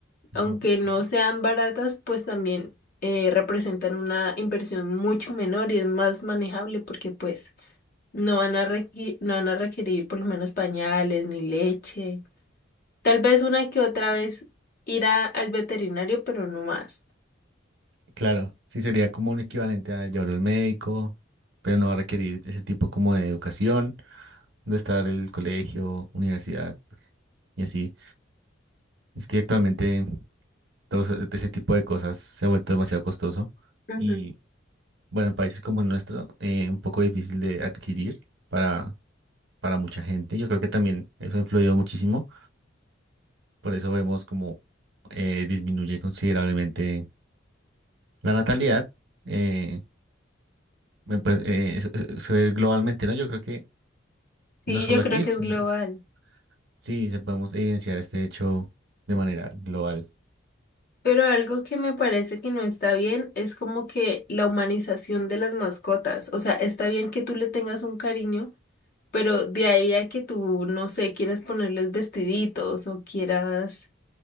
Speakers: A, on the left (about 50°); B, on the right (about 65°).
A: aunque
B: Ujú.
A: no
B: Sí.
A: sean baratas, pues también eh, representan una inversión mucho menor y es más manejable porque pues no van a requi- no van a requerir por lo menos pañales ni leche. Tal vez una que otra vez ir a- al veterinario, pero no más.
B: Claro, sí sería como un equivalente a llevar al médico, pero no va a requerir ese tipo como de educación, de estar el colegio, universidad y así. Es que actualmente todo ese ese tipo de cosas se ha vuelto demasiado costoso
A: Ujú.
B: y bueno, en países como el nuestro, eh, un poco difícil de adquirir para, para mucha gente. Yo creo que también eso ha influido muchísimo, por eso vemos como eh, disminuye considerablemente La natalidad eh, me- pues, eh, se se- se ve globalmente, ¿no? Yo creo que
A: Sí,
B: no solo
A: yo
B: aquí,
A: creo que
B: sino
A: es global.
B: sí, se podemos evidenciar este hecho de manera global.
A: Pero algo que me parece que no está bien es como que la humanización de las mascotas. O sea, está bien que tú le tengas un cariño Pero de ahí a que tú, no sé, quieras ponerles vestiditos o quieras...